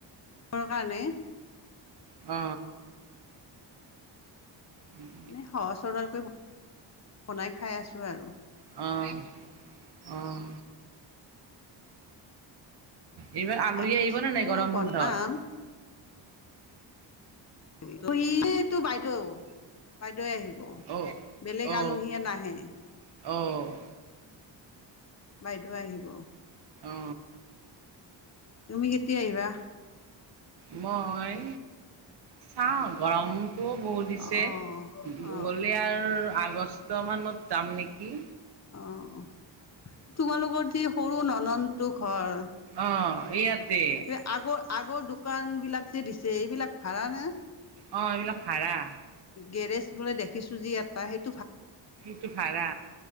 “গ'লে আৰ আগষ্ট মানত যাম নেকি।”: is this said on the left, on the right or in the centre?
Right